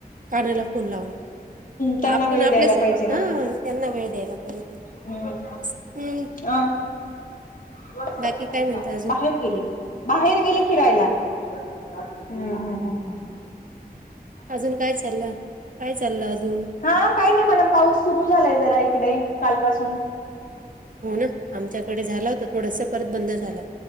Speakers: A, on the right; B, on the left.
A: कानाला फोन लावले
B: त्यांना
A: आपण
B: वेळ
A: आपल्यास
B: द्यायला पाहिजे ना
A: ह त्यांना वेळ द्यायला पाहिजे.
B: हम्म
A: असं म्हणून
B: अह. <unintelligible> आहेत
A: बाकी काय म्हणता
B: का,
A: अजून
B: बाहेर गेले? बाहेर गेले फिरायला हम्म हम्म
A: अजून काय चाललं, काय चाललं अजून?
B: हा काही नाही मॅडम पाऊस सुरू झालाय, जरा इकडे काल पासून.
A: हो, ना आमच्याकडे झाला होता थोडसं परत बंद झाला.